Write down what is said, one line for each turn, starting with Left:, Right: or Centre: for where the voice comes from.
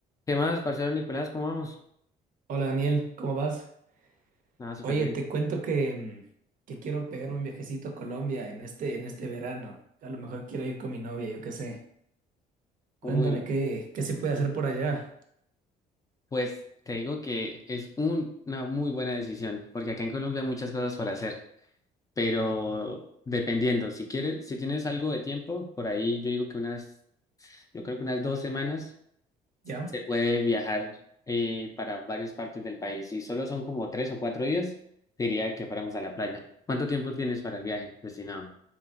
Left: ¿Qué más, parcero Nicolás? ¿Cómo vamos?
Right: Hola Daniel, ¿cómo vas?
Left: Nada, súper
Right: Oye,
Left: bien.
Right: te cuento que, mm, que quiero pegar un viajecito a Colombia en este, en este verano. A lo mejor quiero ir con mi novia, yo qué sé. Cuéntame
Left: Uy,
Right: qué, qué se puede hacer por allá,
Left: pues te digo que es un- una muy buena decisión, porque acá en Colombia hay muchas cosas para hacer, pero dependiendo, si quieres, si tienes algo de tiempo, por ahí yo digo que unas, yo creo que unas dos semanas
Right: ¿ya?
Left: se puede viajar eh, para varias partes del país. Si solo son como tres o cuatro días, diría que fuéramos a la playa. ¿Cuánto tiempo tienes para el viaje destinado?